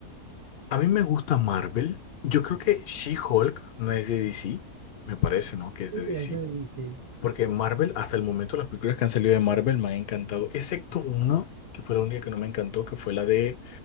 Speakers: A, on the left; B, on the right.
A: A mí me gusta Marvel. Yo creo que She-Hulk no es de DC. Me parece, ¿no? Que es
B: Sí,
A: de DC.
B: es de DC.
A: Porque Marvel, hasta el momento, las películas que han salido de Marvel me han encantado. Excepto una, que fue la única que no me encantó, que fue la de...